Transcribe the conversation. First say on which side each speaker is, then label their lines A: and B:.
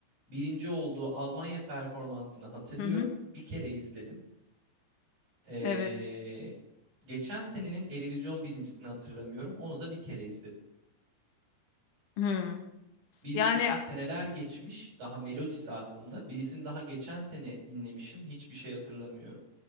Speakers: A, on the right; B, on the left.
A: birinci olduğu Almanya performansını hatırlıyorum.
B: Hı hı.
A: Bir kere izledim. Ee,
B: Evet.
A: geçen senenin Erevizyon birincisini hatırlamıyorum. Onu da bir kere izledim.
B: Hı.
A: Birisinde
B: Yani
A: seneler geçmiş, daha melodisi aklımda. Birisini daha geçen sene dinlemişim, hiçbir şey hatırlamıyorum.